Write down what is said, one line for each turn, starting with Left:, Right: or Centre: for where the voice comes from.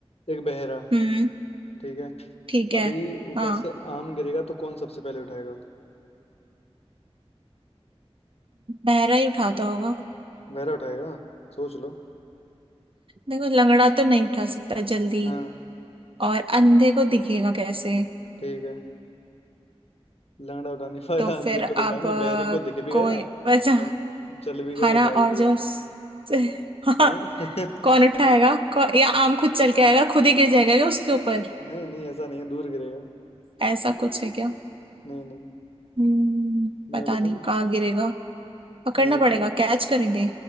Left: एक बहरा
Right: हम्म
Left: ठीक है
Right: ठीक है
Left: अभी ऊपर
Right: हाँ
Left: से आम गिरेगा तो कौन सबसे पहले उठाएगा
Right: बहरा ही उठाता होगा
Left: बहरा उठाएगा सोच लो
Right: देखो लंगड़ा तो नहीं उठा सकता जल्दी
Left: हाँ
Right: और अंधे को दिखेगा कैसे
Left: ठीक है लंगड़ा उठा नहीं पाया
Right: तो फिर
Left: अंधे को
Right: आप
Left: दिखा नहीं
Right: अ,
Left: बहरे को दिख भी
Right: कोई
Left: गया
Right: वैसे
Left: और चल भी गया
Right: हरा
Left: उठा
Right: और
Left: भी लिया
Right: जो स- हाँ
Left: हैं?
Right: कौन
Left: <laughs>
Right: उठाएगा कौ, या आम खुद चल के आएगा खुद ही गिर जाएगा क्या उसके ऊपर
Left: नहीं नहीं ऐसा नहीं है दूर गिरेगा
Right: ऐसा कुछ है क्या
Left: नहीं नहीं
Right: हम्म
Left: मैं
Right: पता
Left: बताऊं
Right: नहीं कहाँ गिरेगा पकड़ना
Left: मैं बताऊं
Right: पड़ेगा कैच करेंगे